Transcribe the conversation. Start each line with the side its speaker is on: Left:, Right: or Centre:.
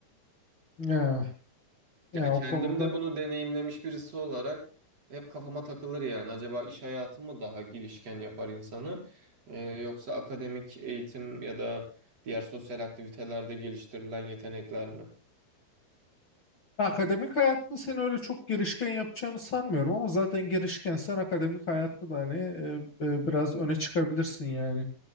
Left: ya, ya
Right: Ya kendim
Left: o konuda
Right: de bunu deneyimlemiş birisi olarak hep kafama takılır yani. Acaba iş hayatı mı daha girişken yapar insanı Ee, yoksa akademik eğitim ya da diğer sosyal aktivitelerde geliştirilen yetenekler mi?
Left: akademik hayatta seni öyle çok girişken yapacağını sanmıyorum ama zaten girişkensen akademik hayatta da hani e, e, biraz öne çıkabilirsin yani.